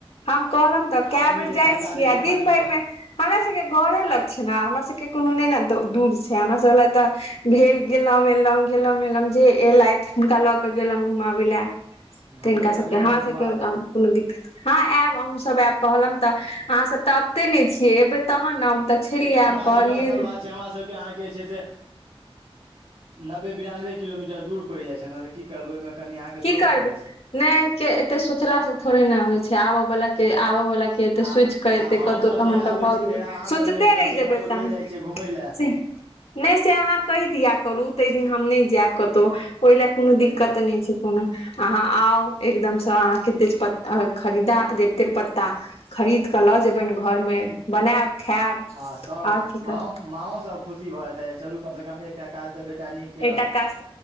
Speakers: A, on the left; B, on the right.
A: हम कहलं तऽ कै
B: आदमी
A: बेर
B: जे
A: जाय
B: धक्का
A: छीयै
B: दै
A: आ
B: छै
A: दिन
B: पाछू
A: भरि
B: सँ
A: मे मे हमरा सबके घरे लग छै ने हमरा सबके कोनो ने दूर हमरा सब लए तऽ भेल गेलों एलहुं गेलों एलहुं जे एलथि हुनका लऽ के गेलहुं घुमाबे ले तऽ
B: हमरो
A: हिनका सबके
B: कहियो
A: हमरा
B: घुमा
A: सबके
B: देब
A: कोनो दिक्कत हँ आयब अहूँ सब आयब कहलम तऽ अहाँ सब तऽ अबिते ने छियै एबे तहन ने हम तऽ छलियै
B: हमरा
A: हम
B: सबके
A: कहलियै
B: असल बात छै हमारा सबके आहा के जे छै नब्बे बेरानमे किलोमीटर दूर पड़ जाए छे न की करबै ओहिमे कनि अहाँके
A: की
B: सोचऽ
A: करबै
B: पड़ै छै
A: नहि के एते सोचला से थोड़े ने होइ छै आबऽ बला के आबय वला के एतै
B: आ
A: सोचि कऽ
B: आ
A: एतै
B: हमसभ
A: कतहु तहन
B: जहिया
A: तऽ
B: आबै
A: भऽ
B: छी
A: गेलै
B: तहिया अहाँसभ
A: सोचिते
B: नहि रहै
A: रहि
B: छियै
A: जेबै
B: कतहु
A: तहन
B: चलि जाइ
A: से
B: छियै घुमय लए
A: नहि, से अहाँ कहि दियौ करू, ताहि दिन हम नहि जायब कतहु। लए कोनो
B: तहिना
A: दिक्कत नहि छै। कोनो अहाँ आउ, एकदमसँ अहाँकेँ तेजपत्ता खरीदा देब, तेजपत्ता। खरीद कऽ लऽ जे, अपन घरमे बनायब। खायब
B: आ सभ
A: आओर की
B: माँ
A: करब
B: माओ सभ खुशी भऽ जेतै, चलू कमसँ कम एकटा काज तऽ बेटा नीक। केलक
A: एटा काज